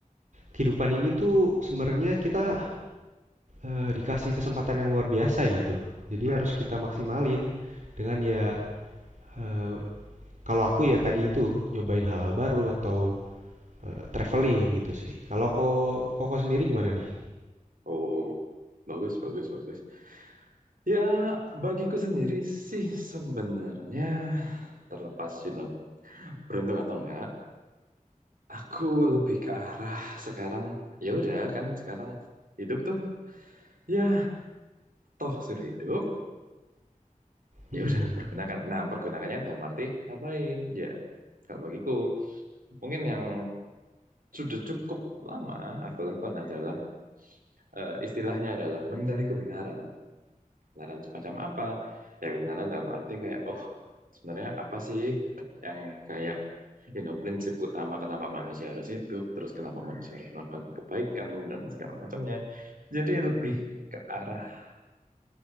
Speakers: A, on the right; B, on the right.
A: kehidupan ini tuh sebenarnya kita eh, dikasih kesempatan yang luar biasa gitu jadi harus kita maksimalin dengan ya eh, kalau aku ya tadi itu nyobain hal-hal baru atau eh, traveling gitu sih kalau kok koko sendiri gimana nih
B: Oh, bagus, bagus, bagus. Ya, bagiku sendiri sih sebenarnya terlepas, you know, beruntung atau enggak, aku lebih ke arah sekarang. Ya udah kan, sekarang hidup tuh. Ya, toh sudah hidup.
A: Mm-mm.
B: Ya udah, pergunakan. Nah, pergunakannya dalam arti ngapain? Ya, kalau bagiku mungkin yang sudah cukup lama aku lakukan adalah eh, istilahnya adalah mencari kebenaran. kebenaran semacam apa? Ya kebenaran dalam arti kayak, oh sebenarnya apa sih yang kayak you know, prinsip utama kenapa manusia harus hidup, terus kenapa manusia harus melakukan kebaikan dan segala macamnya. Jadi lebih ke arah